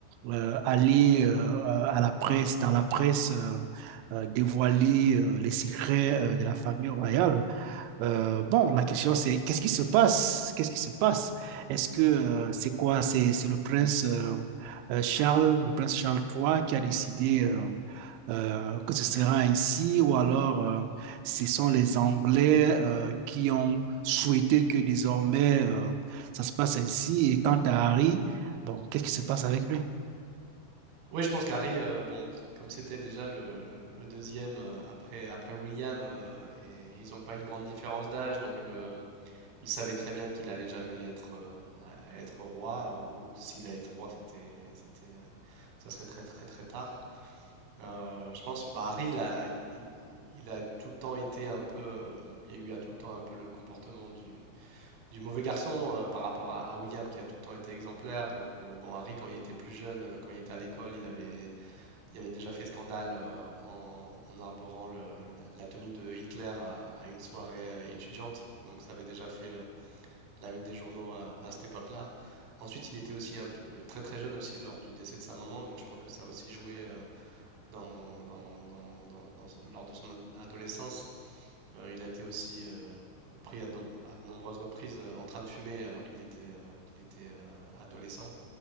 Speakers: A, on the right; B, on the right.
A: euh, aller euh, à la presse, dans la presse, euh, euh, dévoiler euh, les secrets euh, de la famille royale. Euh, bon, la question c'est qu'est-ce qui se passe? Qu'est-ce qui se passe? Est-ce que euh, c'est quoi? C'est c'est le prince euh, euh, Charles, le prince Charles III qui a décidé euh, euh, que ce sera ainsi, ou alors euh, ce sont les Anglais euh, qui ont souhaité que désormais euh, ça se passe ainsi. Et quant à Harry, bon, qu'est-ce qui se passe avec lui?
B: Oui, je pense qu'Harry, euh, bon, comme c'était déjà le, le deuxième euh, après, après William, euh, et ils n'ont pas une grande différence d'âge, donc le, il savait très bien qu'il allait jamais être, euh, à- à être roi, ou s'il allait être roi, c'était, c'était, euh, ça serait très très très tard. Euh, je pense, bah, Harry, il a, il, il a tout le temps été un peu, euh, il y a eu à tout le temps un peu le comportement du, du mauvais garçon euh, par rapport à, à William qui a tout le temps été exemplaire. Donc, euh, bon, Harry, quand il était plus jeune, euh, quand il était à l'école, il avait, il avait déjà fait scandale euh, en, en arborant le- la, la tenue de Hitler à, à une soirée euh, étudiante. Donc, ça avait déjà fait euh, la une des journaux à, à cette époque-là. Ensuite, il était aussi un peu très très jeune aussi lors du décès de sa maman, donc je pense que ça a aussi joué euh, dans, dans- dans- dans- dans son- lors de son adolescence. Euh, il a été aussi euh, pris à, no- à de nombreuses reprises euh, en train de fumer alors qu'il était, euh, qu'il était euh, adolescent.